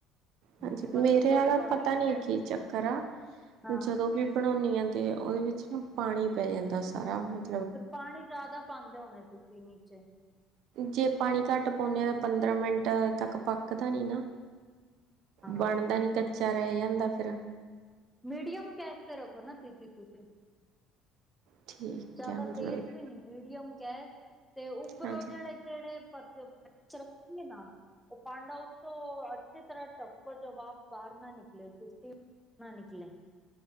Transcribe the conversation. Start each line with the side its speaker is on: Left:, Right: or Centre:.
Right: ਹਾਂਜੀ
Centre: ਤੇ ਬਸ
Right: ਮੇਰੇ
Centre: ਤੜਕਾ
Right: ਆਲਾ
Centre: ਉੱਤੋਂ
Right: ਪਤਾ ਨੀ ਕੀ ਚੱਕਰ ਆ
Centre: ਹਾਂ
Right: ਜਦੋਂ ਵੀ ਬਣਾਉਂਨੀ ਆ ਤੇ ਉਹਦੇ ਵਿੱਚ ਨਾ ਪਾਣੀ ਪੈ ਜਾਂਦਾ ਸਾਰਾ ਮਤ
Centre: ਫਿਰ ਪਾਣੀ ਜਿਆਦਾ ਪਾਂਦੇ ਹੋਣੇ ਤੁਸੀਂ ਨੀਚੇ
Right: ਜੇ ਪਾਣੀ ਘੱਟ ਪਾਉਂਨੇ ਆ ਤਾਂ ਪੰਦਰਾਂ ਮਿੰਟ ਤੱਕ ਪੱਕਦਾ ਨਹੀਂ ਨਾ
Centre: ਹਾਂ
Right: ਬਾਣਦਾ ਨੀ ਕੱਚਾ ਰਹਿ ਜਾਂਦਾ ਫੇਿਰ
Centre: ਮਿਡੀਅਮ ਗੈਸ ਤੇ ਰੱਖੋ ਨਾ ਦੀਦੀ ਤੁਸੀਂ
Right: ਠੀਕ
Centre: ਜਿਆਦਾ
Right: ਹੈ ਮਤਲਬ
Centre: ਤੇਜ ਵੀ ਨੀ ਮੀਡੀਅਮ ਗੈਸ ਤੇ ਉੱਪਰੋਂ
Right: ਹਾਂਜੀ
Centre: ਜਿਹੜੇ ਜਿਹੜੇ <unintelligible> ਪੀ ਨਾ ਉਹ ਪਾਾਂਡਾ ਔਤੋਂ, ਅੱਛੀ ਤਰਾਂ ਢੋਕੋ, ਜੋ ਭਾਪ ਬਾਹਰ ਨਾ ਨਿਕਲੇ। ਤੀ- ਨਾ ਨਕਲੇੈ <unintelligible>